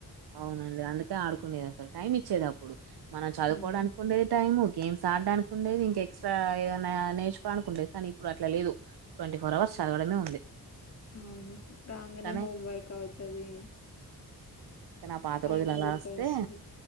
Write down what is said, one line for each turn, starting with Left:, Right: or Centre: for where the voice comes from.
Right: అవునండి అందుకే ఆడుకునేది అసలు టైం ఇచ్చేదప్పుడు మనం చదువుకోవడానికి
Left: అవును
Right: ఉండేది టైము. గేమ్స్ ఆడ్డానికి ఉండేది ఇంకా ఎక్స్ట్రా ఏదన్న నేర్చుకోవడానికి ఉండేది. కానీ ఇప్పుడు అట్లా లేదు ట్వంటీ ఫోర్ అవర్స్ చదవడమే ఉంది.
Left: అవును రాంగనే
Right: కానీ
Left: హోమ్ వర్క్ అవుతది.
Right: కాని ఆ పాత
Left: టైమే
Right: రోజులు అలా
Left: దొరకదు
Right: అస్తే
Left: అస్సలు